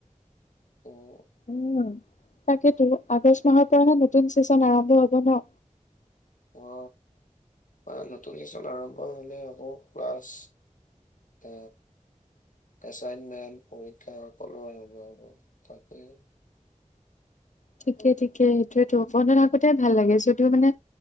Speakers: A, on the left; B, on the left.
A: উম,
B: উ, তাকেটো। আগষ্ট মাহৰ পৰাহে নতুন চেচন আৰম্ভ হ'ব ন?
A: অ, অ নতুন চেচন আৰম্ভ হ'লে আকৌ ক্লাছ আ এচাইনমেন্ট, পৰীক্ষা সকলো আৰম্ভ হ'ব। তাকেই
B: ঠিকে, ঠিকে। সেইটোৱেটো। বন্ধ থাকোতেই ভাল লাগে, যদিও মানে